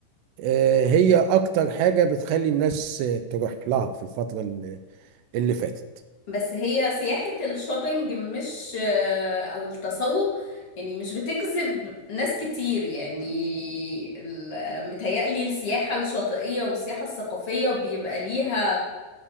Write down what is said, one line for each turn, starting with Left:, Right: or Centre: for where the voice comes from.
Right: آه، هي أكتر حاجة بتخلي الناس آه، تروح لها في الفترة اللي اللي فاتت
Left: بس هي سياحة الشوبينج مش أو التسوق يعني مش بتجذب ناس كتير يعني ال- متهيألي السياحة الشاطئية والسياحة الثقافية بيبقى ليها